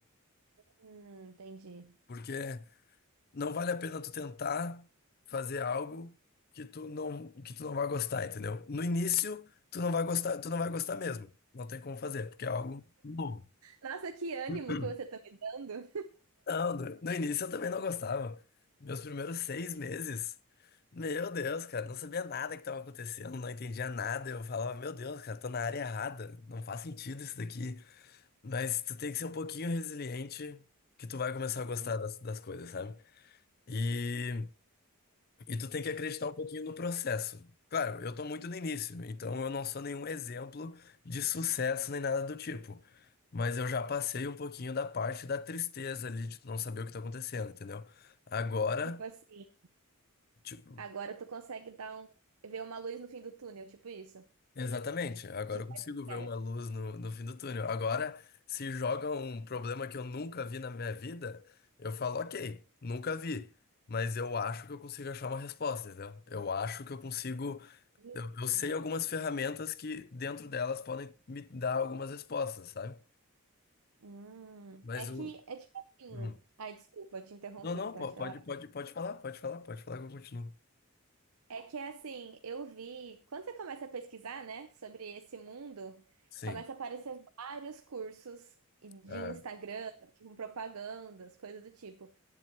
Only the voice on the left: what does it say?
Porque não vale a pena tu tentar fazer algo que tu não, que tu não vai gostar, entendeu? No início, tu não vai gostar, tu não vai gostar mesmo. Não tem como fazer, porque é algo novo.
<clears throat>
Não, no, no início eu também não gostava. Meus primeiros seis meses, meu Deus, cara, não sabia nada que estava acontecendo, não entendia nada. Eu falava, meu Deus, cara, tô na área errada, não faz sentido isso daqui. Mas tu tem que ser um pouquinho resiliente que tu vai começar a gostar
das, das coisas, sabe? E, e tu tem que acreditar um pouquinho no processo. Claro, eu tô muito no início, então eu não sou nenhum exemplo de sucesso nem nada do tipo. Mas eu já passei um pouquinho da parte da tristeza ali de tu não saber o que tá acontecendo, entendeu? Agora,
ti-
Exatamente. Agora
eu consigo
ver
uma luz no, no fim do túnel. Agora, se joga um problema que eu nunca vi na minha vida, eu falo, ok, nunca vi. Mas eu acho que eu consigo achar uma resposta, entendeu? Eu acho que eu consigo.
Eu, eu sei algumas ferramentas que dentro delas podem me dar algumas respostas, sabe?
Mas
o.
Hum.
Não, não,
po-
pode, pode, pode falar, pode falar, pode falar que eu continuo.
Sim.
Ah,